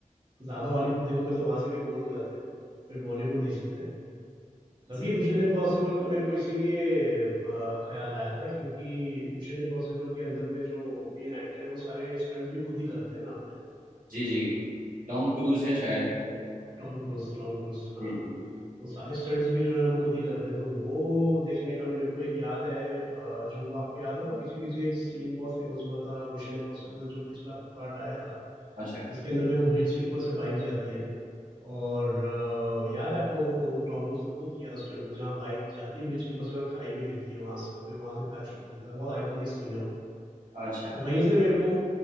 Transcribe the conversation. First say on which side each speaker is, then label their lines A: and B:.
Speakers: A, on the right; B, on the right.
A: ज़्यादा हॉलीवुड देखोगे तो वहाँ से भी बोर हो जाते हैं, फिर बॉलीवुड देख सकते हैं। तभी
B: सही।
A: मिशन इम्पॉसिबल का मेरे को इसीलिए अ, ख़्याल आया था क्योंकि मिशन इम्पॉसिबल के अंदर में जो मेन एक्टर है वो सारे स्टंट्स भी खुद ही करते हैं ना अपने।
B: जी जी टॉम क्रूज है शायद
A: Oh, Tom Cruise Tom Cruise हाँ,
B: जी जी
A: तो सारे स्टंट्स भी जो हैं वो खुद ही करते हैं, तो वो देखने का मेरे को एक याद है अ, जो वो आपको याद होगा पीछे-पीछे एक सीन बहुत फ़ेमस हुआ था मिशन इम्पॉसिबल जो पिछला पार्ट आया था,
B: अच्छा
A: जिसके अंदर में वो ब्रिज के ऊपर से बाइक जाती है और अ, याद है आपको वो टॉम क्रूज़ ने खुद किया था स्टंट वो जहाँ बाइक जाती है ब्रिज के ऊपर से और खाई में गिरती है वहाँ से और फिर वहाँ से पैराशूट खुलता है, बहुत आइकॉनिक सीन है वो।
B: अच्छा
A: तो वहीं से मेरे को